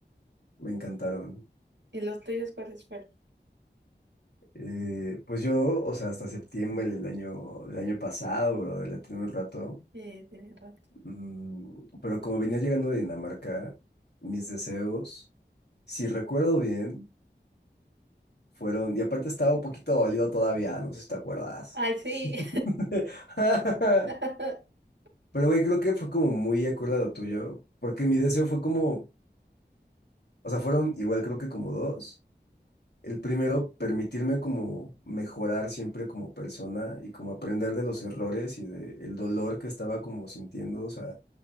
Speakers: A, on the left; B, on the right.
A: Me encantaron.
B: ¿Y los tuyos cuáles fueron?
A: Eh, pues yo, o sea, hasta septiembre del año, del año pasado, bro, la tuve un rato.
B: Eh, tienes razón.
A: Mm, pero como venía llegando de Dinamarca, mis deseos, si recuerdo bien, fueron. Y aparte estaba un poquito dolido todavía, no sé si te acuerdas.
B: Ay, sí.
A: <laughs>
B: <laughs>
A: Pero, güey, creo que fue como muy acorde a lo tuyo, porque mi deseo fue como, o sea, fueron igual creo que como dos. El primero, permitirme como mejorar siempre como persona y como aprender de los errores y del dolor que estaba como sintiendo, o sea,